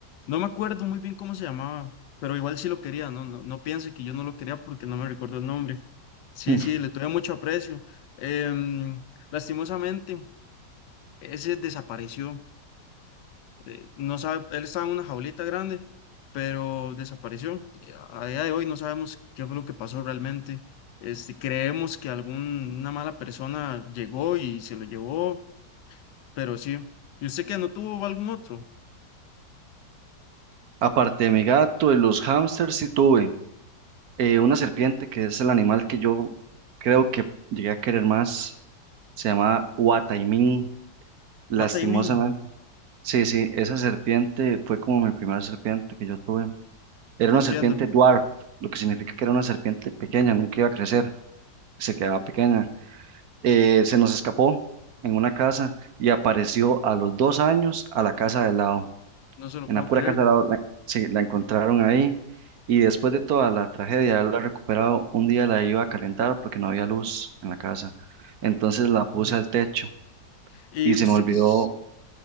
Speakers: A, on the left; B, on the right.
A: No me acuerdo muy bien cómo se llamaba, pero igual sí lo quería, no, no, no piense que yo no lo quería porque no me recuerdo el nombre. Sí,
B: <laughs>
A: sí, le tuve mucho aprecio. Em, lastimosamente, ese desapareció. eh, no sabe, él estaba en una jaulita grande, pero desapareció. Eh, A día de hoy no sabemos qué fue lo que pasó realmente. Este, creemos que alguna mala persona llegó y se lo llevó, pero sí. ¿Y usted qué? ¿No tuvo algún otro?
B: Aparte de mi gato y los hámsters, sí tuve eh, una serpiente que es el animal que yo creo que llegué a querer más. Se llamaba Huataimín, lastimosamente.
A: What I mean,
B: Sí, sí, esa serpiente fue como mi primera serpiente que yo tuve. Era una
A: entiendo,
B: serpiente dwarf, lo que significa que era una serpiente pequeña, nunca iba a crecer, se quedaba pequeña. eh, se nos escapó en una casa y apareció a los dos años a la casa del lado,
A: no se lo
B: en
A: puedo
B: la pura
A: creer.
B: casa del lado, la, sí, la encontraron ahí y después de toda la tragedia de haberla recuperado, un día la iba a calentar porque no había luz en la casa, entonces la
A: o
B: puse
A: sea, no.
B: al techo
A: ¿Y
B: y se
A: usted
B: me olvidó,
A: qué es?